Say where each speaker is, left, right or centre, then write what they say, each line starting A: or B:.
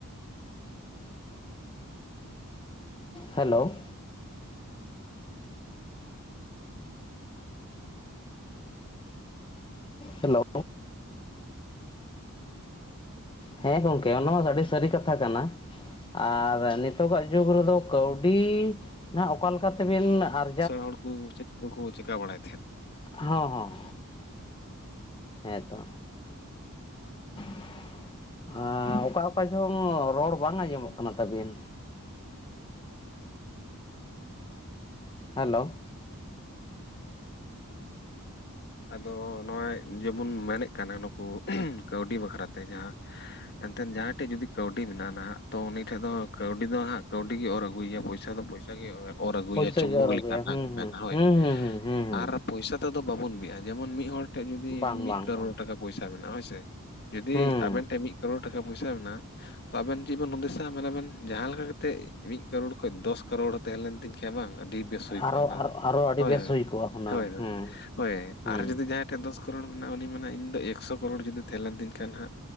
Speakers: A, on the left; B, on the left.
A: ᱦᱮᱞᱳ! ᱦᱮᱞᱳ! ᱦᱮᱸ ᱜᱚᱝᱠᱮ ᱚᱱᱟ ᱦᱚᱸ ᱟᱹᱰᱤ ᱥᱟᱹᱨᱤ ᱠᱟᱛᱷᱟ ᱠᱟᱱᱟ᱾ ᱟᱨ ᱱᱤᱛᱚᱜᱟᱜ ᱡᱩᱜᱽ ᱨᱮᱫᱚ ᱠᱟᱹᱣᱰᱤ ᱱᱟᱦᱟᱜ ᱚᱠᱟ ᱞᱮᱠᱟ ᱛᱮᱵᱮᱱ ᱟᱨ
B: ᱠᱤᱥᱟᱹᱲ ᱦᱚᱲ ᱠᱚ ᱪᱮᱫ ᱠᱚᱠᱚ ᱪᱮᱠᱟ ᱵᱟᱲᱟᱭᱮᱫ ᱛᱟᱦᱮᱫ?
A: ᱦᱚᱸ ᱦᱚᱸ ᱦᱚᱸ᱾ ᱦᱮᱸᱛᱚ ᱾ ᱚᱠᱟ ᱚᱠᱟ ᱡᱚᱝ ᱨᱚᱲ ᱵᱟᱝ ᱟᱸᱡᱚᱢᱚᱜ ᱠᱟᱱᱟ ᱛᱟᱵᱤᱱ᱾ ᱦᱮᱞᱳ᱾
B: ᱟᱫᱚ ᱱᱚᱜᱼᱚᱭ ᱡᱮᱵᱩᱱ ᱢᱮᱱᱮᱫ ᱠᱟᱱᱟ ᱱᱩᱠᱩ ᱠᱟᱹᱣᱰᱤ ᱵᱟᱠᱷᱨᱟᱛᱮ ᱡᱟᱦᱟᱸ ᱮᱱᱛᱮᱱ ᱡᱟᱦᱟᱸᱭ ᱴᱷᱮᱡ ᱡᱩᱫᱤ ᱠᱟᱹᱣᱰᱤ ᱢᱮᱱᱟᱜᱼᱟ ᱱᱟᱦᱜ ᱛᱚ ᱩᱱᱤ ᱴᱷᱮᱡ ᱫᱚ ᱠᱟᱹᱣᱰᱤ ᱫᱚ ᱦᱟᱸᱜ ᱠᱟᱹᱣᱰᱤ ᱜᱮᱭ ᱚᱨ ᱟᱹᱜᱩᱭᱮᱭᱟ ᱯᱚᱭᱥᱟ ᱫᱚ ᱯᱚᱭᱥᱟ ᱯᱚᱭᱥᱟ ᱜᱮᱭ ᱚᱨ ᱟᱜᱩᱭᱟ
A: ᱯᱩᱭᱥᱟᱹ
B: ᱪᱩᱢᱵᱩᱜ
A: ᱜᱮ ᱚᱨ ᱟᱹᱜᱩᱭᱟ
B: ᱞᱮᱠᱟ ᱱᱟᱦᱟᱜ
A: ᱦᱩᱸ
B: ᱠᱚ
A: ᱦᱩᱸ
B: ᱢᱮᱱᱟ ᱦᱳᱭ᱾
A: ᱦᱩᱸ ᱦᱩᱸ ᱦᱩᱸ ᱦᱩᱸ ᱦᱩᱸ
B: ᱟᱨ ᱯᱚᱭᱥᱟ ᱛᱮᱫᱚ ᱵᱟᱵᱚᱱ ᱵᱤᱜᱼᱟ᱾ ᱡᱮᱢᱚᱱ ᱢᱤᱫ ᱦᱚᱲ ᱴᱷᱮᱱ ᱡᱩᱫᱤ
A: ᱵᱟᱝ
B: ᱢᱤᱫ
A: ᱵᱟᱝ
B: ᱠᱟᱨᱳᱲ
A: ᱵᱟᱝ
B: ᱴᱟᱠᱟ ᱯᱚᱭᱥᱟ ᱢᱮᱱᱟᱜᱼᱟ ᱦᱳᱭᱥᱮ ᱡᱩᱫᱤ
A: ᱦᱩᱸ
B: ᱟᱵᱮᱱ ᱴᱷᱮᱱ ᱢᱤᱫ ᱠᱟᱨᱳᱲ ᱴᱟᱠᱟ ᱯᱚᱭᱥᱟ ᱢᱮᱱᱟᱜ-ᱟ ᱛᱚ ᱟᱵᱮᱱ ᱪᱮᱫ ᱵᱮᱱ ᱦᱩᱫᱤᱥᱟ, ᱢᱮᱱᱟᱵᱱ ᱡᱟᱦᱟᱸ ᱞᱮᱠᱟ ᱠᱟᱛᱮᱫ ᱢᱤᱫ ᱠᱟᱨᱳᱲ ᱠᱷᱚᱱ ᱫᱚᱥ ᱠᱟᱨᱳᱲ ᱛᱟᱦᱮᱸ ᱞᱮᱱ ᱛᱤᱧ ᱠᱷᱟᱱ ᱵᱟᱝ ᱟᱹᱰᱤ ᱵᱮᱥ ᱦᱩᱭ ᱠᱚᱜᱼᱟ
A: ᱟᱨᱚ
B: ᱚᱱᱟ ᱫᱚ᱾
A: ᱟᱨᱚ ᱟᱹᱰᱤ
B: ᱦᱳᱭ
A: ᱵᱮᱥ ᱦᱩᱭ ᱠᱚᱜᱼᱟ ᱦᱩᱱᱟᱹᱝ
B: ᱦᱳᱭ
A: ᱦᱩᱸ
B: ᱦᱳᱭ᱾
A: ᱦᱩᱸ
B: ᱟᱨᱚ ᱡᱩᱫᱤ ᱡᱟᱦᱟᱸᱭ ᱴᱷᱮᱱ ᱫᱚᱥ ᱠᱟᱨᱳᱲ ᱢᱮᱱᱟᱜᱼᱟ ᱩᱱᱤ ᱢᱟᱱᱟᱭ ᱤᱧ ᱫᱚ ᱮᱠᱥᱚ ᱠᱨᱚᱲ ᱡᱩᱫᱤ ᱛᱟᱦᱮᱸ ᱞᱮᱱ ᱛᱤᱧ ᱮᱱᱠᱷᱟᱱ ᱦᱟᱸᱜ